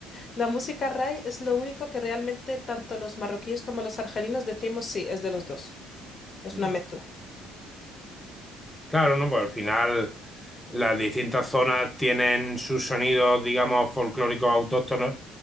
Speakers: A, on the left; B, in the centre.
A: La música ray es lo único que realmente tanto los marroquíes como los argelinos decimos sí, es de los dos. Es
B: Mm.
A: una mezcla.
B: Claro, ¿no? Pues al final las distintas zonas tienen sus sonidos, digamos, folclóricos autóctonos,